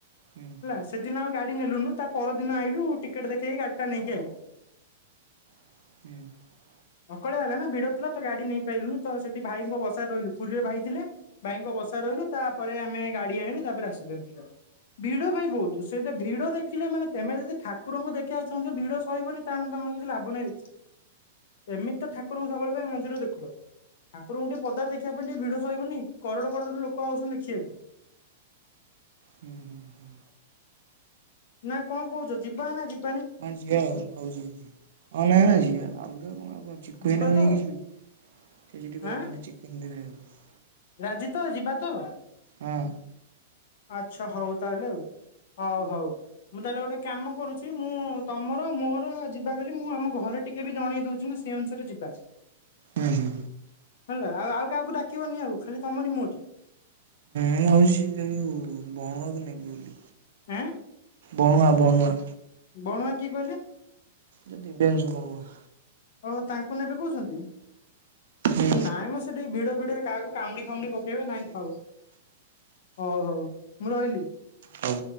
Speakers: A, on the right; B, on the left.
A: ହୁଁ
B: ହେଲା ସେଦିନ ଆଉ ଗାଡି ନେଲୁନୁ। ତା ପରଦିନ ଆଇଲୁ ଟିକେଟ୍ ଦେଖେଇକି ଗାଡି ଟା ନେଇକି ଆଇଲୁ। <inaudible>
A: <unintelligible>
B: ସକାଳିଆ ହେଲା ନା ଭିଡ ଥିଲା ତ ଗାଡି ନେଇ ପାଇଲୁନୁ ତ ସେଠି ଭାଇଙ୍କ ବସାରେ ରହିଲୁ ପୁରୀରେ ଭାଇ ଥିଲେ ଭାଇଙ୍କ ବସାରେ ରହିଲୁ ତାପରେ ଆମେ ଗାଡି ଆଣିଲୁ ତାପରେ ଆସିଲୁ। ଭିଡ ଭାଇ ବୋହୁତ୍ ସେଇଟା ଭିଡ ଦେଖିଲେ ମାନେ ତମେ ଯଦି ଠାକୁରଙ୍କୁ ଦେଖିବାକୁ ଚାହୁଁଛ ଭିଡ ସହିବନି ତା ତମର କିଛି ଲାଭ ନାଇ। ଏମିତି ତ ଠାକୁରଙ୍କୁ ସବୁବେଳେ ପାଇଁ ମନ୍ଦିରକୁ ଦେଖୁଛ ଠାକୁରଙ୍କୁ ଟିକେ ପଦାର ଦେଖିବା ପାଇଁ ଟିକେ ଭିଡ ସହିବନି କରଡ କରଡ ଲୋକ ଆଉଛନ୍ତି ଦେଖିବାକୁ।
A: ହୁଁ ଉଁ।
B: ନା କଣ କହୁଛ ଯିବା ନା ଯିବା
A: । <unintelligible>
B: ଯିବା ତ?
A: ସେ ସେଠି କହିବ
B: ଆଁ
A: ମୋତେ ଚିକେନ୍ ଦିଅ ଖାଇବାକୁ।
B: ରାଜି ତୋ ଯିବା ତ?
A: ହଁ।
B: ଆଚ୍ଛା ହଉ ତାହେଲେ। ହୋଉ ହୋଉ ମୁଁ ତାହେଲେ ଗୋଟେ କାମ କରୁଛି। ମୁଁ ତମର ମୋର ଯିବା ବୋଲି ମୁଁ ଆମ ଘରେ ଟିକେ ବି ଜଣେଇ ଦଉଛିି ନା ସେ ଅନୁସାରେ ଯିବା।
A: ହୁଁ ହୁଁ।
B: ହେଲା ଆଉ ଆଉ କାହାକୁ ଡାକିବନି ଆଉ ଖାଲି ତମରି ମୋରି
A: ମୁଁ ଭାବୁଛି ଯୋଉ ବଣକୁ ନେବି ବୋଲି
B: ଆ
A: ବଣୁଆ ବୁଣୁଆ
B: ବଣୁଆ କିଏ କହିଲ?
A: ଯଦି ବେଞ୍ଚ ବଣୁଆ।
B: ଓହୋ ତାଙ୍କୁ ନେବେ କହୁଛନ୍ତି?
A: ହୁଁ
B: ନାଇଁ ମ ସେଠି ଭିଡ ଭିଡରେ କାହାକୁ କାମୁଡି ଫାମୁଡି ପକେଇବେ ନାଇଁ ଥାଉ। ହୋଉ ହୋଉ ମୁଁ ରହିଲି।
A: ହଉ।